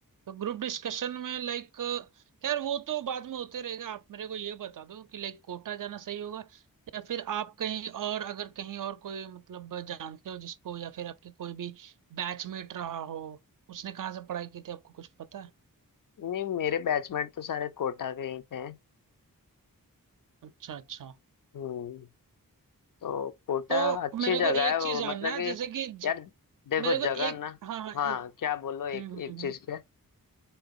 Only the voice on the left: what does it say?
नहीं मेरे बैचमेट तो सारे कोटा के ही थे
हम्म तो कोटा
अच्छी
जगह
है वो
मतलब
कि
यार देखो
जगह
ना
हाँ
क्या बोलो एक
एक
चीज
क्या